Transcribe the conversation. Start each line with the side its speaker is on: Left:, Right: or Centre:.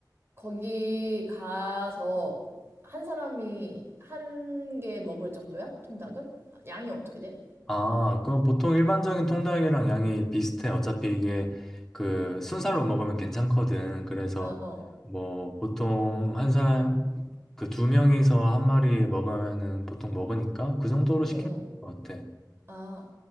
Right: 거기 가서 한 사람이 한 개 먹을 정도야? 통닭을? 양이 어떻게 돼?
Centre: 아, 그럼 보통 일반적인 통닭이랑 양이 비슷해. 어차피 이게 그 순살로 먹으면 괜찮거든. 그래서
Right: 아, 어,
Centre: 뭐 보통 한 사람, 그 두 명이서 한 마리 먹으면은 보통 먹으니까 그 정도로 시키면
Right: 응, 응.
Centre: 될 것 같아.
Right: 아,